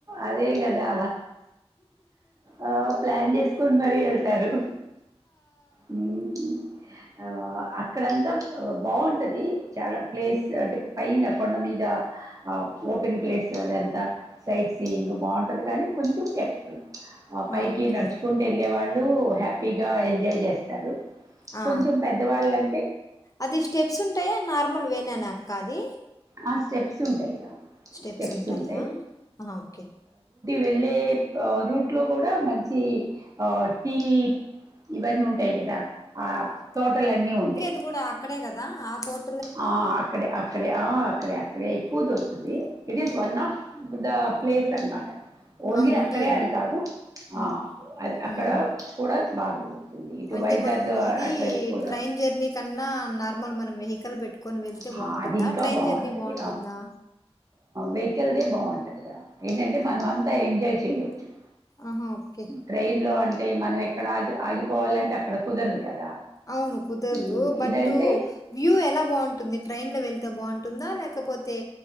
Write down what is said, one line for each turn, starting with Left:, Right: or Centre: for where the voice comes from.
Right: అదే కదా ఆ, ప్లాన్ చేసుకొని మరీ వెళ్తారు హ్మ్. ఆహ్, అక్కడంతా బాగుంటంది చాలా ప్లేస్ అంటే పైన కొండ మీద ఆ ఓపెన్ ప్లేస్ అదంతా సైట్ సీయింగ్ బాగుంటది కానీ కొంచెం కేర్ఫుల్ ఆ పైకి
Left: ఓకే
Right: నడుచుకుంటూ వెళ్ళే వాళ్ళు హ్యాపీగా ఎంజాయ్ చేస్తారు
Left: ఆ
Right: కొంచెం పెద్దవాళ్ళకి
Left: అది స్టెప్స్ ఉంటాయా నార్మల్ వేనానాక్క అది
Right: ఆ! స్టెప్స్ ఉంటాయిరా
Left: స్టెప్స్
Right: స్ెప్స్
Left: ఉంటాయా
Right: ఉంటాయి
Left: ఆ ఓకే
Right: వెళ్ళే రూట్ లో కూడా మంచి ఆ టీ ఇవన్నీ ఉంటాయి కదా ఆ తోటలన్నీ ఉంటాయి
Left: ది కూడా అక్కడే కదా ఆ తోటి
Right: ఆ అక్కడ అక్కడే ఆ అక్కడ అక్కడ ఎక్కువ దొరుకుది it is one of the place అనమాట ఓన్లీ
Left: ఆ ఊటీ
Right: అక్కడే అని కాదు ఆ
Left: ఉమ్,
Right: అది అక్కడ
Left: ఉమ్.
Right: కూడా బాగా దొరుకుతుంది ఇటు
Left: అంటే
Right: వైజాగ్
Left: మనం ఇది
Right: అటువైపు కూడా
Left: ట్రైన్ జర్నీ కన్నా నార్మల్ మనం వెహ కల్ెట్టు తీకొని వెళ్తే
Right: ఆ,
Left: బాగుంటుందా
Right: అది ఇంకా
Left: ట్రైన్
Right: బాగుంటుంది
Left: జర్నీ బాగుంటుందా
Right: వెహికల్దే బాగుంటంది ఏంటంటే
Left: ఉమ్.
Right: మనం అంతా ఎంజాయ్ చేయచ్చు
Left: ఆహా ఓకే
Right: ట్రైన్ లో అంటే మనం ఎక్కడ ఆగి ఆగిపోవాలంటే అక్కడ కుదరదు కదా
Left: అవును కుదరదు
Right: ఉమ్,
Left: బట్
Right: ఇదంటే
Left: వ్యూ ఎలా బాగుంటుంది ట్రైన్లో వెళ్తే బాగుంటుందా లేకపోతే